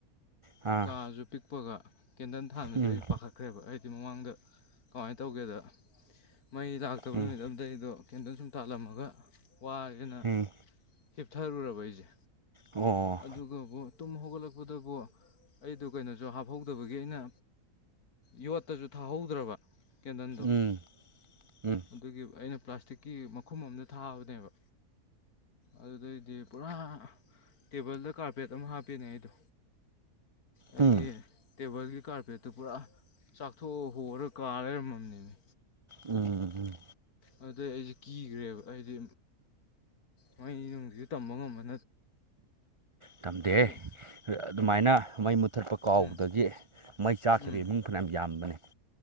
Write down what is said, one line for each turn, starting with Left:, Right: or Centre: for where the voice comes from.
Right: ꯑꯥ
Left: ꯀꯥꯖꯨ ꯄꯤꯛꯄꯒ ꯀꯦꯟꯗꯜ
Right: ꯎꯝ
Left: ꯗꯩ ꯄꯥꯈꯠꯈ꯭ꯔꯦꯕ ꯑꯩꯗꯤ ꯃꯃꯥꯡꯗ ꯀꯃꯥꯏꯅ ꯇꯧꯒꯦꯗ ꯃꯩ ꯂꯥꯛꯇꯕ
Right: ꯎꯝ
Left: ꯅꯨꯃꯤꯠ ꯑꯝ ꯑꯗꯩꯗꯣ ꯀꯦꯟꯗꯜ ꯁꯨꯝ ꯇꯥꯜꯂꯝꯃꯒ ꯋꯥꯔꯦꯅ
Right: ꯎꯝ
Left: ꯍꯤꯞꯊꯔꯨꯔꯕ ꯑꯩꯁꯦ
Right: ꯑꯣ
Left: ꯑꯗꯨꯒꯕꯨ ꯇꯨꯝ ꯍꯧꯒꯠꯂꯛꯄꯗꯕꯨ ꯑꯩꯗꯣ ꯀꯩꯅꯣꯁꯨ ꯍꯥꯞꯍꯧꯗꯕꯒꯤ ꯑꯩꯅ ꯌꯣꯠꯇꯁꯨ ꯊꯥꯍꯧꯗ꯭ꯔꯕ ꯀꯦꯟꯗꯟꯗꯣ
Right: ꯎꯝ ꯎꯝ
Left: ꯑꯗꯨꯒꯤ ꯑꯩꯅ ꯄ꯭ꯂꯥꯁꯇꯤꯛꯀꯤ ꯈꯨꯈꯨꯝ ꯑꯝꯗ ꯊꯥꯕꯅꯦꯕ ꯑꯗꯨꯗꯩꯗꯤ ꯄꯨꯔꯥ ꯇꯦꯕꯜꯗ ꯀꯥꯔꯄꯦꯠ ꯑꯃ ꯍꯥꯞꯄꯅꯦ ꯑꯩꯗꯣ ꯑꯩꯒꯤ
Right: ꯎꯝ
Left: ꯇꯦꯕꯜꯒꯤ ꯀꯥꯔꯄꯦꯠꯇꯨ ꯄꯨꯔꯥ ꯆꯥꯛꯊꯣꯛ ꯍꯣꯔ ꯀꯥꯔ ꯂꯩꯔꯝꯃꯝꯅꯤꯃꯤ
Right: ꯎꯝ ꯎꯝ
Left: ꯑꯗꯨꯗꯩ ꯑꯩꯁꯦ ꯀꯤꯈ꯭ꯔꯦꯕ ꯑꯩꯗꯤ ꯅ ꯅꯨꯡꯁꯤꯁꯨ ꯇꯝꯕ ꯉꯝꯃꯅꯤ
Right: ꯇꯝꯗꯦ
Left: ꯑꯩ
Right: ꯑꯗꯨꯃꯥꯏꯅ ꯃꯩ ꯃꯨ ꯀꯨꯊꯠꯄ ꯀꯥꯎꯕꯗꯒꯤ
Left: ꯎꯝ
Right: ꯃꯩ ꯆꯥꯈꯤꯕ
Left: ꯎꯝ
Right: ꯏꯃꯨꯡ ꯐꯅꯌꯥꯝ ꯌꯥꯝꯕꯅꯦ